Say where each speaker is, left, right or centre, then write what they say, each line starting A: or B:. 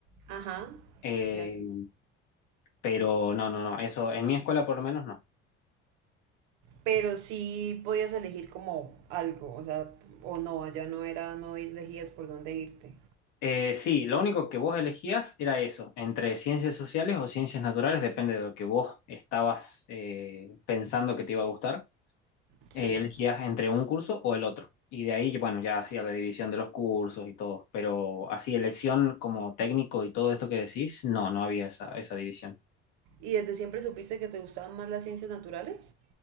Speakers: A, on the right; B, on the left.
A: Ajá,
B: eh,
A: sí, acá.
B: pero no, no, no, eso en mi escuela por lo menos no.
A: pero sí podías elegir como algo, o sea, o no, allá no era, no elegías por dónde irte.
B: Eh, sí, lo único que vos elegías era eso, entre ciencias sociales o ciencias naturales, depende de lo que vos estabas eh, pensando que te iba a gustar.
A: Sí.
B: Eh, elegías entre un curso o el otro. Y de ahí, bueno, ya hacía la división de los cursos y todo. Pero así, elección como técnico y todo esto que decís, no, no había esa, esa división.
A: ¿Y desde siempre supiste que te gustaban más las ciencias naturales?